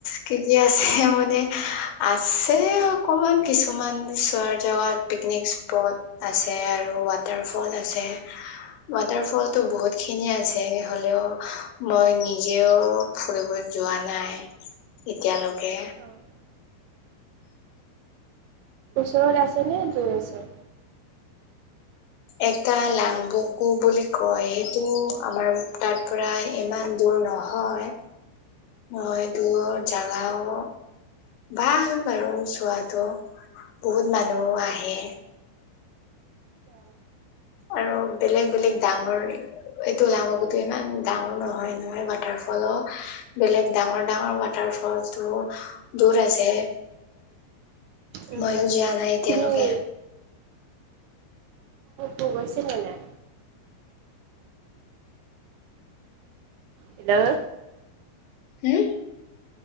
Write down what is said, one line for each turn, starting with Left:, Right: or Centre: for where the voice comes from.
Left: কিকি আছে মানে আছে অকমান কিছুমান চোৱাৰ জেগাত পিকনিক স্পট আছে আৰু ৱাটাৰ ফল আছে ৱাটাৰ ফলতটো বহুত খিনি আছে হলেও মই নিজেও ফুৰিব যোৱা নাই নাই এতিয়ালৈকে
Right: অ', ওচৰত আছেনে দুৰ আছে
Left: এটা লাংবকু বুলি কয় সেইটো আমাৰ তাৰ পৰা ইমান দুৰ নহয় মই দুৰ জাগাও ভাল বাৰু চোৱাাতটো বহুত মানুহ আহে
Right: উম
Left: আৰু বেলেগ বেলেগ ডাঙৰ এইটো ওলামকুো ইমান ডাঙৰ নহয় নহয় ৱাটাৰ ফলো বেলেগ ডাঙৰ ডাঙৰ তাৰ ফল টো দূৰ আছে দুৰ আছে
Right: উম
Left: মইও
Right: উম
Left: যোৱা নাই এতিয়ালৈকে
Right: তুমি তুৰ গৈছে নে নাই হল
Left: হম